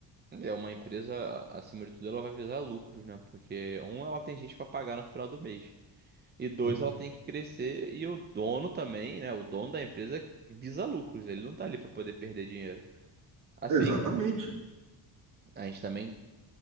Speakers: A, on the right; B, on the right.
A: É uma empresa, a- acima de tudo, ela vai visar lucros, né? Porque, um, ela tem gente pra pagar no final do mês. E dois,
B: É, é.
A: ela tem que crescer. E o dono também, né? O dono da empresa visa lucros. Ele não tá ali pra poder perder dinheiro. Assim,
B: Exatamente.
A: a gente também